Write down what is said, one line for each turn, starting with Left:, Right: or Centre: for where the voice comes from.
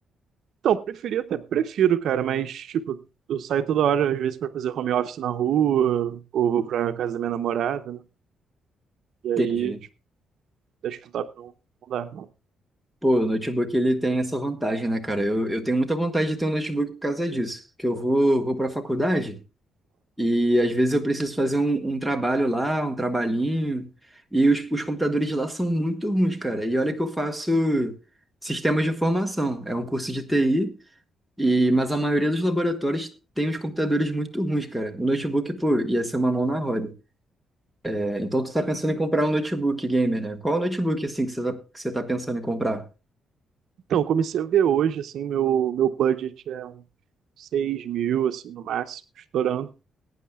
Right: Então, preferi até prefiro, cara, mas, tipo, eu saio toda hora, às vezes, pra fazer home office na rua, ou vou pra casa da minha namorada, né? E aí,
Centre: Entendi.
Right: Acho que o top não, não dá. pra eu mudar.
Centre: Pô, o notebook ele tem essa vantagem, né, cara? Eu, eu tenho muita vontade de ter um notebook por causa disso. Que eu vou, vou pra faculdade. E às vezes eu preciso fazer um, um trabalho lá, um trabalhinho, e os, os computadores de lá são muito ruins, cara. E olha que eu faço sistemas de informação, é um curso de TI, e, mas a maioria dos laboratórios tem os computadores muito ruins, cara. O notebook, pô, ia ser uma mão na roda. É, então tu tá pensando em comprar um notebook gamer, né? Qual notebook, assim, que você tá, que você tá pensando em comprar?
Right: Então, eu comecei a ver hoje, assim, meu, meu budget é uns 6 mil, assim, no máximo, estourando.